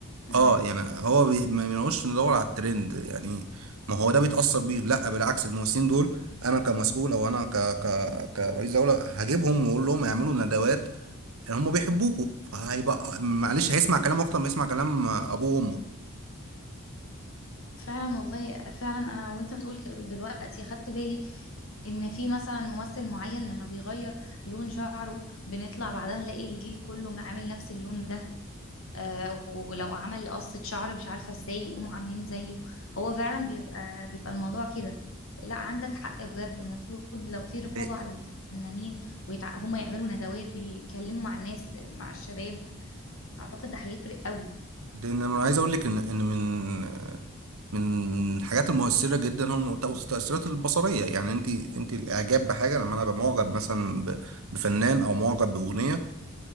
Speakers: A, on the left; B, on the right.
A: امم
B: اه يعني هو بي... ما بنقولش ندور على الترند يعني ما هو ده بيتأثر بيه لا بالعكس الممثلين دول انا كمسؤول او انا ك... ك... كرئيس دولة هجيبهم واقول لهم يعملوا ندوات هم بيحبوكوا فهيبقى معلش هيسمع كلام اكتر ما يسمع كلام ابوه وامه
A: فعلا والله فعلا انا وانت بتقول كده دلوقتي خدت بالي ان في مثلا ممثل معين لما بيغير لون شعره بنطلع بعدها نلاقي الجيل كله عامل نفس اللون ده آه ولو عمل قصة شعر مش عارفة ازاي يقوموا عاملين زيه هو فعلا بيبقى بيبقى الموضوع كده لا عندك حق بجد المفروض لو في رقابة
B: ده
A: على الفنانين ويتع... هما يعملوا ندوات ويتكلموا مع الناس مع الشباب اعتقد ده هيفرق قوي
B: ده انا عايز اقول لك ان ان من من الحاجات المؤثرة جدا هو التأس- التأثيرات البصرية يعني انت انت الاعجاب بحاجة لما انا ببقى معجب مثلا ب- بفنان او معجب بأغنية